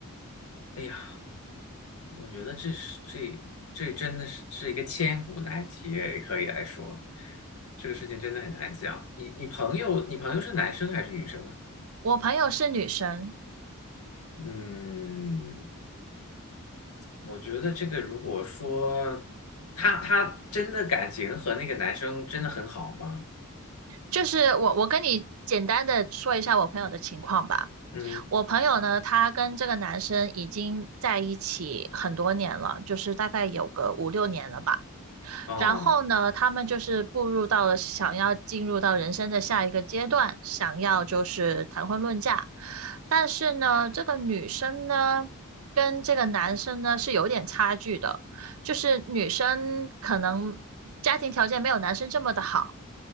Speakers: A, on the left; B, on the right.
A: 哎呀，我觉得这是这这真的是是一个千古难题，也可以来说，这个事情真的很难讲。你你朋友，你朋友是男生还是女生啊？
B: 我朋友是女生，
A: 嗯，我觉得这个如果说他他真的感情和那个男生真的很好吗？
B: 就是我我跟你简单的说一下我朋友的情况吧。
A: 嗯
B: 我朋友呢，他跟这个男生已经在一起很多年了，就是大概有个五六年了吧。
A: 哦
B: 然后呢，他们就是步入到了想要进入到人生的下一个阶段，想要就是谈婚论嫁。但是呢，这个女生呢，跟这个男生呢是有点差距的，就是女生可能家庭条件没有男生这么的好。